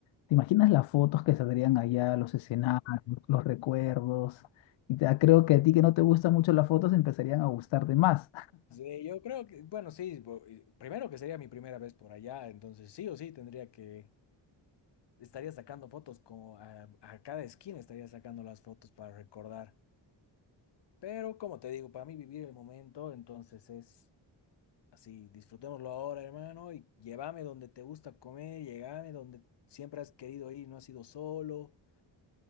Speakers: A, on the left; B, on the left.
A: ¿Te imaginas las fotos que saldrían allá, los escenarios, los recuerdos? Y te- creo que a ti que no te gustan mucho las fotos empezarían a gustarte más.
B: Sí, yo creo que, bueno, sí, bo- y primero que sería mi primera vez por allá, entonces sí o sí tendría que estaría sacando fotos como a, a cada esquina estaría sacando las fotos para recordar. Pero como te digo, para mí vivir el momento, entonces es así, disfrutémoslo ahora, hermano, y llévame donde te gusta comer, llévame donde siempre has querido ir, y no has ido solo.